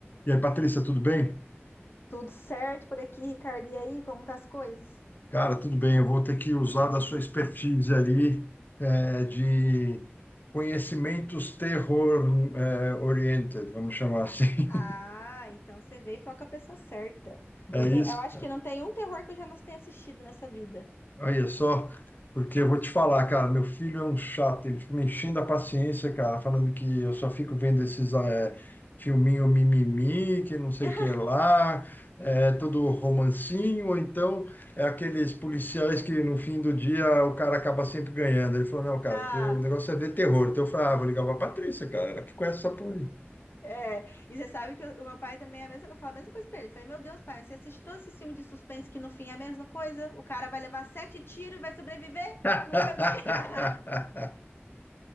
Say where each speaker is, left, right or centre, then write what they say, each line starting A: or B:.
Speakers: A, on the left; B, on the left.
A: E aí, Patrícia, tudo bem?
B: Tudo certo por aqui, Ricardo? E aí, como tá as coisas?
A: Cara, tudo bem. Eu vou ter que usar da sua expertise ali eh, de conhecimentos terror eh, oriented, vamos chamar assim.
B: Ah, então você veio falar com a pessoa certa.
A: <laughs> É
B: Não tem,
A: isso,
B: eu acho
A: cara?
B: que não tem um terror que eu já não tenha assistido nessa vida.
A: Olha só, porque eu vou te falar, cara, meu filho é um chato, ele fica me enchendo a paciência, cara, falando que eu só fico vendo esses eh, filminho mimimi, que não sei
B: <laughs>
A: o que lá, é, todo romancinho, ou então é aqueles policiais que no fim do dia o cara acaba sempre ganhando. Ele falou, não, cara,
B: Ah,
A: te- o negócio é ver terror. Então eu falei, ah, vou ligar pra Patrícia, cara, ela que conhece essa porra aí.
B: é. E você sabe que eu- o meu pai também é a mesma, eu falo a mesma coisa pra ele. Eu falei, meu Deus, pai, você assiste todos esses filmes de suspense que no fim é a mesma coisa? O cara vai levar sete tiros e vai sobreviver?
A: <laughs>
B: Nunca vi. <laughs>